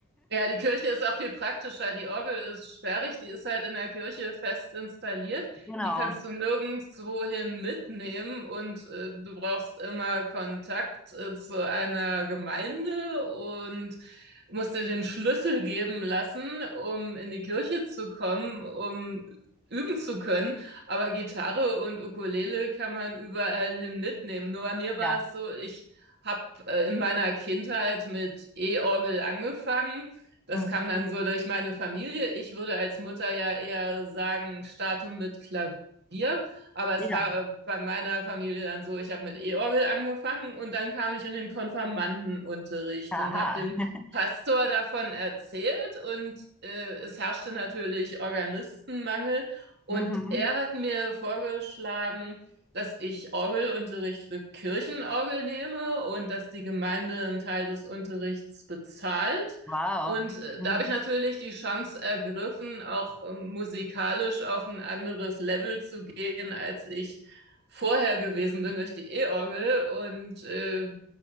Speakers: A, on the right (about 50°); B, in the centre.
A: Ja, die Kirche ist auch viel praktischer. Die Orgel ist sperrig, die ist halt in der Kirche fest installiert.
B: Genau,
A: Die kannst du nirgendwohin mitnehmen und äh, du brauchst immer Kontakt äh, zu einer Gemeinde und musst dir den Schlüssel geben lassen, um in die Kirche zu kommen, um üben zu können. Aber Gitarre und Ukulele kann man überall hin mitnehmen. Nur bei mir
B: ja.
A: war es so, ich habe äh, in meiner Kindheit mit E-Orgel angefangen das
B: Mhm.
A: kam dann so durch meine Familie. Ich würde als Mutter ja eher sagen, starte mit Klavier. Aber
B: Ja,
A: es war äh, bei meiner Familie dann so, ich habe mit E-Orgel angefangen und dann kam ich in den Konfirmandenunterricht
B: aha.
A: und habe dem
B: <laughs>
A: Pastor davon erzählt und äh, es herrschte natürlich Organistenmangel und
B: Mhm.
A: er hat mir vorgeschlagen, dass ich Orgelunterricht für Kirchenorgel nehme und dass die Gemeinde einen Teil des Unterrichts bezahlt.
B: Wow.
A: Und äh,
B: Mhm.
A: da habe ich natürlich die Chance ergriffen, auch ähm, musikalisch auf ein anderes Level zu gehen, als ich vorher gewesen bin durch die E-Orgel. Und äh,